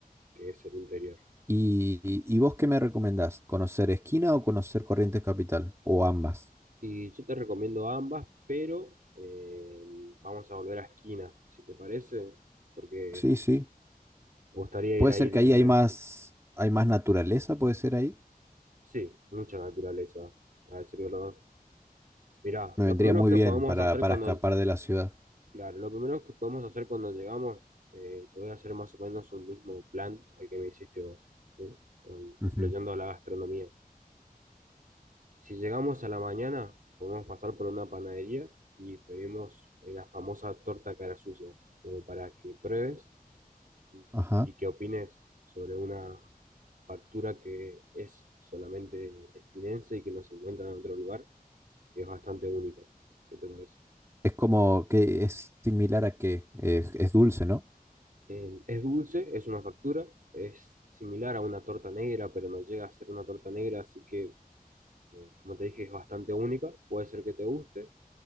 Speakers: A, on the right (about 60°); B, on the right (about 15°).
A: que es el interior?
B: ¿Y, y- y vos qué me recomendás? ¿Conocer Esquina o conocer Corrientes Capital? ¿O ambas?
A: Y yo te recomiendo ambas, pero eh, vamos a volver a Esquina, si te parece, porque
B: Sí, sí.
A: me gustaría
B: Puede
A: ir a
B: ser
A: ir
B: que ahí
A: primero.
B: hay más, hay más naturaleza, puede ser ahí.
A: Sí, mucha naturaleza, a decir verdad. Mirá,
B: Me
A: lo
B: vendría
A: primero
B: muy
A: que
B: bien
A: podemos
B: para,
A: hacer
B: para
A: cuando,
B: escapar de la ciudad.
A: claro, lo primero que podemos hacer cuando llegamos, eh, te voy a hacer más o menos un mismo plan al que me hiciste vos, ¿sí? Con-
B: Ujú.
A: incluyendo la gastronomía. Si llegamos a la mañana, podemos pasar por una panadería y pedimos eh, la famosa torta cara sucia, como para que pruebes y,
B: Ajá.
A: y que opines sobre una factura que es solamente esquinense y que no se encuentra en otro lugar que es bastante único. ¿Qué te parece?
B: Es como que es similar a que eh, es dulce, ¿no?
A: Eh, es dulce, es una factura, es similar a una torta negra, pero no llega a ser una torta negra, así que, eh, como te dije, es bastante única, puede ser que te guste.